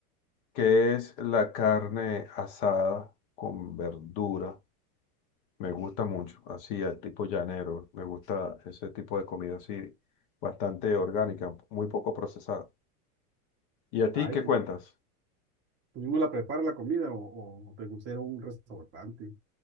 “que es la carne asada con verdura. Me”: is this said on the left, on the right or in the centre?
Left